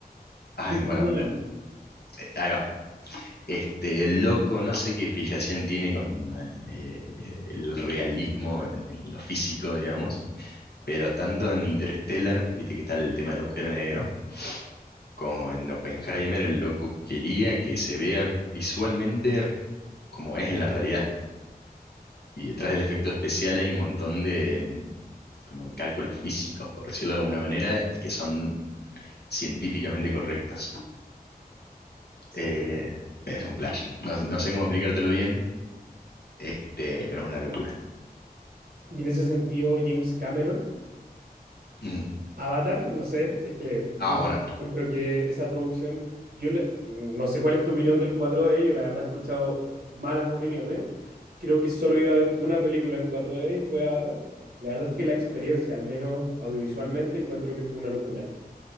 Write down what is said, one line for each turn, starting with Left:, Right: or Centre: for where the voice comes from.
Left: Ay,
Right: Christopher
Left: bueno,
Right: Nolan.
Left: eh, ahí va. Este, el loco, no sé qué fijación tiene con eh, eh, el realismo en, en lo físico, digamos, pero tanto en Interstellar, viste que está el tema del agujero negro, como en Oppenheimer, el loco quería que se vea visualmente como es en la realidad. Y detrás del efecto especial hay un montón de, mm, como de cálculos físicos, por decirlo de alguna manera, que son científicamente correctos.
Right: Sí.
Left: Eh, es un flash. No, no sé cómo explicártelo bien, este, pero es una locura.
Right: Y en ese sentido, James Cameron.
Left: Mm.
Right: Avatar, no sé, es que yo
Left: Ah,
Right: tampoco
Left: bueno,
Right: encuentro que esa producción, yo le- no sé cuál es tu opinión del cuatro d yo la verdad he escuchado malas opiniones, creo que solo he ido a ver una película en cuatro d y fue Avatar, la verdad es que la experiencia, al menos audiovisualmente, encuentro que fue una locura.